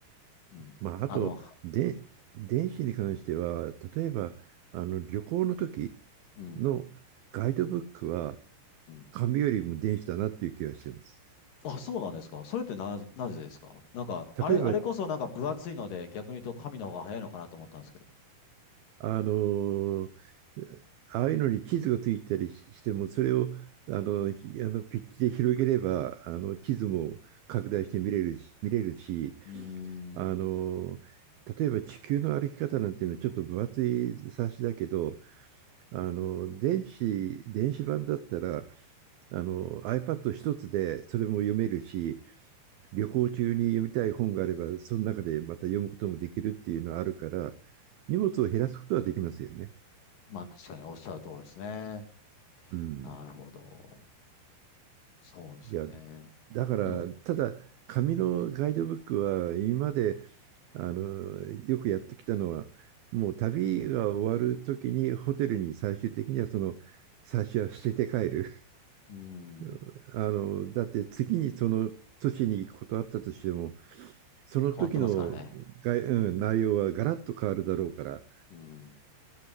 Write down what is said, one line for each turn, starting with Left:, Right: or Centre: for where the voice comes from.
Left: うん。
Right: まあ、あと、
Left: あの、は
Right: で、電子に関しては、例えば、あの、旅行の時
Left: うん、
Right: のガイドブックは、
Left: うん。
Right: 紙よりも電子だなっていう気がしてます。
Left: あ、そうなんですかそれってな、なぜですかなんか、あれ、
Right: 例えば、
Left: あれこそなんか分厚いので、逆に言うと神の方が早いのかなと思ったんですけど。
Right: あの、ああいうのに地図がついたりしても、それをあのひあのピッチで広げれば、あの地図も拡大して見れるし、見れるし、
Left: うー
Right: あの、
Left: ん。
Right: 例えば地球の歩き方なんていうのはちょっと分厚い冊子だけど、あの、電子、電子版だったら、あの、iPad 一つでそれも読めるし、旅行中に読みたい本があれば、その中でまた読むこともできるっていうのはあるから、荷物を減らすことはできますよね。
Left: まあ確かにおっしゃる通りですね。
Right: うん。
Left: なるほど。そうですよね。
Right: いや、だから、
Left: うん。
Right: ただ、紙のガイドブックは、今まで、あの、よくやってきたのは、もう旅が終わるときに、ホテルに最終的には、その、最初は捨てて帰る。
Left: うん。
Right: <laughs> あの、だって次にその都市に行くことあったとしても、その時のが、
Left: 変わってますからね。
Right: うん、内容はガラッと変わるだろうから、
Left: うん。